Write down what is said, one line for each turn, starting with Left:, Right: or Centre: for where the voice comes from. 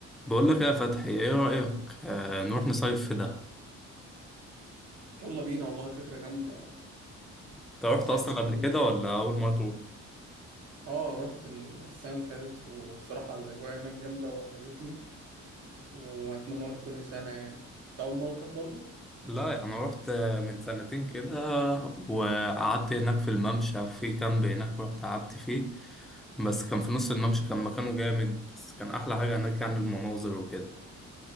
Centre: بقول لك إيه يا فتحي ايه رأيك آه نروح نصيف في دهب
Right: يلا بينا والله فكرة جامدة
Centre: انت رحت
Right: صيفت
Centre: اصلا قبل
Right: كتير.
Centre: كده ولا اول مرة تروح
Right: اه رحت السنة اللي فاتت وبصراحة الأجواء هناك جامدة وعجبتني وأتمنى أروح كل سنة يعني أنت أول مرة تروح برضو؟
Centre: لا انا رحت آه، من سنتين كده وقعدت هناك في الممشى في كامب هناك رحت قعدت فيه بس كان في نص الممشى كان مكانه جامد بس كان احلى حاجة هناك يعني المناظر وكده